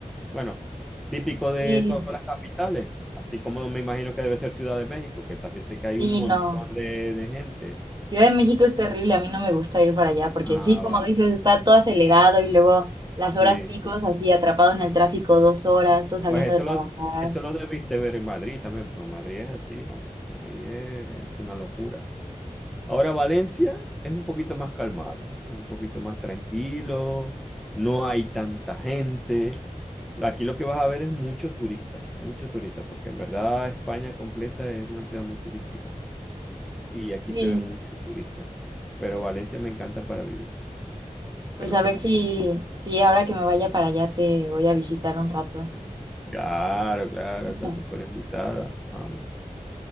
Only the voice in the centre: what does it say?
Bueno, típico
de todas las capitales, así como me imagino que debe ser Ciudad de México, que también sé que hay
un montón
de, de gente.
Ah,
va,
sí.
Pues
eso
lo, eso lo debiste ver en Madrid también, porque Madrid es así, vamos, Madrid es una locura. Ahora Valencia es un poquito más calmado, es un poquito más tranquilo, no hay tanta gente. Aquí lo que vas a ver es muchos turistas, muchos turistas, porque en verdad España completa es una ciudad muy turística y aquí
se ven muchos turistas. Pero Valencia me encanta para vivir,
te lo
recomiendo.
Claro, claro,
está súper invitada, vamos.